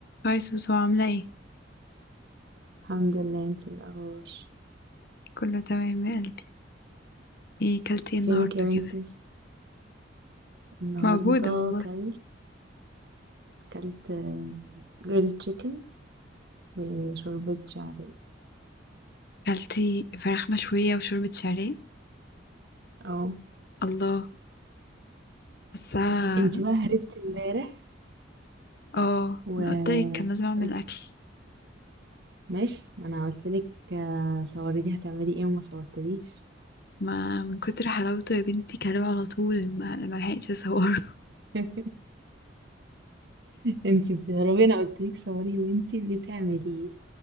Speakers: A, on the left; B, on the right.
A: هاي سوسو عاملة ايه؟
B: الحمد لله انت ايه الاخبار
A: كله تمام يا قلبي ايه كلتي ايه النهاردة
B: فينك يا بنتي
A: كده؟
B: النهارده
A: موجودة والله
B: كلت كلت جريل تشيكن وشوربة شعرية
A: كلتي فراخ مشوية وشوربة شعرية
B: اه
A: الله حاساها
B: انت بقى هربتي امبارح
A: اه
B: وقلت
A: انا قلتلك كان لازم اعمل اكل
B: ماشي ما انا قلت لك صوري لي هتعملي ايه وما صورتليش
A: ما من كتر حلاوته يا بنتي كلوه على طول ما ما لحقتش اصوره
B: <laughs> انت بتهربي انا قلت لك صوري وانت بتعملي ايه